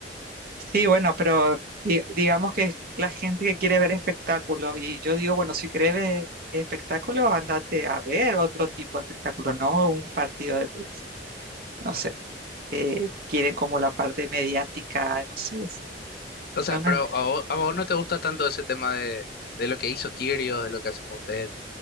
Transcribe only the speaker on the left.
O sea,
pero a vos, a vos no te gusta tanto ese tema de, de lo que hizo Kyrgios, de lo que hacen ustedes.